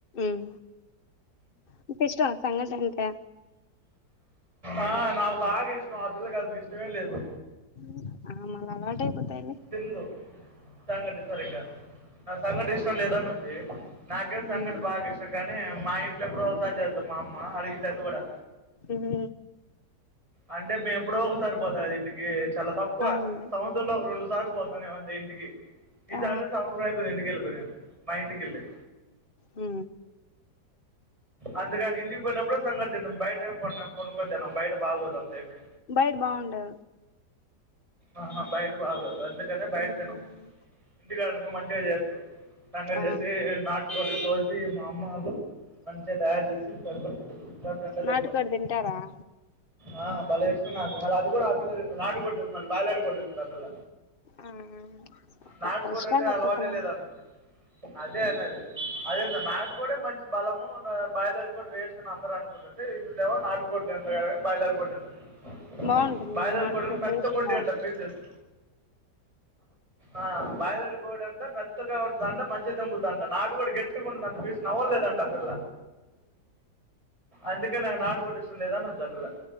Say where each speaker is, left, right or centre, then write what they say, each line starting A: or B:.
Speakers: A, on the left (about 35°); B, on the right (about 20°).
A: మ్ మిక్ ఇష్టంమ సంగటి అంటే
B: ఆ నాకు బాగా ఇష్టం అ పిల్లకి అసలు ఇష్టమే లేదు
A: మ్ ఆ మళ్ళ అలవాటైపోతాయి లే
B: తీందు సంఘటి సరిగ నాక్ సంఘటి ఇష్టం లేదనిద్ధి నాకేమొ సంఘటి
A: ఉమ్
B: బాగా ఇష్టం కానీ మా ఇంట్లో ఎప్పుడో ఒకసారి చేస్తాది మా అమ్మ అడిగితె అది కూడా
A: మ్
B: అంటే మేము ఎప్పుడో ఒకసారి పోతా కద ఇంటికి చాలా తక్కువ
A: అవునులే
B: సం త్సరంలో ఒక రెండు సార్లు పోతనేమో అంతే ఇంటికి ఈ
A: ఆ
B: సారి సంవత్సరం అయిపోయింది ఇంటికేళ్ళిపోయి నిను మా ఇంటికేళ్ళి
A: మ్
B: అందుకని ఇంటికి పోయినప్పుడు సంగటి తింటాం బయట ఏం కొన్న కొనుక్కోని తినం బయట బాగోదు అంతేమీ
A: బయట బాగుండదు
B: ఆ బయట బాగోదు వద్దు నే బయట
A: ఉమ్
B: తినం ఇంటికాడనుకో మంచిగా చేయొచ్చుగా సంగటి
A: ఆ
B: చేసి నాట్ కోడి కోసి మా అమ్మ వాళ్ళు మంచిగా తయారు చేసిస్తరు కడుపునిండా తింటాం
A: నాటుకోడి తింటారా
B: ఆ బలే ఇష్టం నాకు మళ్ళ అది కూడా ఆ పిల్ల తిందు నాడు కొడి తిందు మళ్ళి బైలేరు కొడి తింటాది ఆ పిల్ల
A: ఆ ఒక్కొక్కరి
B: నాటుకోడి
A: ఇష్టాలు
B: అంటే
A: ఒక్కొక్కలా
B: అలవాటే లేదనిద్ది అదే అనేది అదెందో నాటు కోడె మంచి బలము బాయిలేర్ కోడి వేస్ట్ అని అందరు అనుకుంట్ టే ఈ పిల్లేమో నాటు కొడి తిందు బాయిలర్ కొడి తినుద్ది
A: బాగుంటుంది
B: బాయిలర్
A: నాటుకోడి
B: కొడున్ నట్
A: టేస్ట్
B: ఉంటాయంట
A: బాగుంటుంది
B: పీసెస్ ఆ బాయిలేర్ కొడంట మెత్తగా ఉంటదంట మంచిగ దంగు ద్దాంట నాటు కోడి గట్టిగుంటదంట పీస్ నవ్వలేదంట అ పిల్ల అందుకే నాకు నాటు కోడి ఇష్టం లేదనిద్ది ఆ పిల్ల